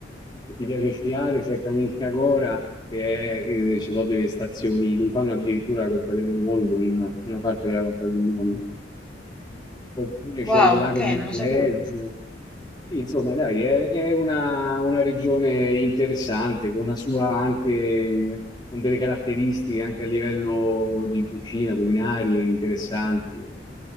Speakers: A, on the left; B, in the centre.
A: se ti piace sciare, c'è Kranjskagora, che è, eh, ci sono delle stazioni dove fanno addirittura la Coppa del Mondo, una una parte della Coppa del Mondo. Oppure
B: Wow,
A: c'è il lago
B: ok,
A: di
B: non lo
A: Zez.
B: sapevo.
A: Sì, insomma, dai, è, è una, una regione interessante, con una sua anche, con delle caratteristiche anche a livello di cucina, culinarie interessanti.